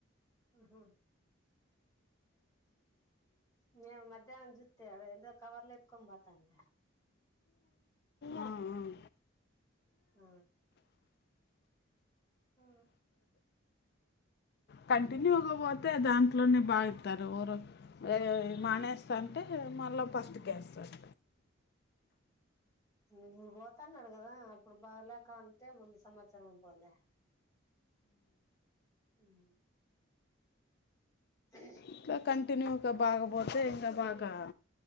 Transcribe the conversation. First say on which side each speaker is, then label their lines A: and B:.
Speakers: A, on the left; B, on the left.
A: ఉహో మే మధ్యాహ్నం జుత్తివా వాడు ఎందో కవర్లో ఎత్తుకొని పొతాండే
B: ఆ, ఆ.
A: ఆ ఆ
B: కంటిన్యూగ పొతే ద్యాన్ అట్లన్న బాగా ఇత్తారు ఆ మానేస్త అంటే మళ్ళీ ఫస్ట్ కీ వేస్తారు
A: ఇప్పుడు పోతున్నాడు కదా అప్పుడు బాగలేక అంటే ముందు సంవత్సరం పోలే వును అ
B: ఇట్లే కంటిన్యూ గా బాగపోతే ఇంకా బాగా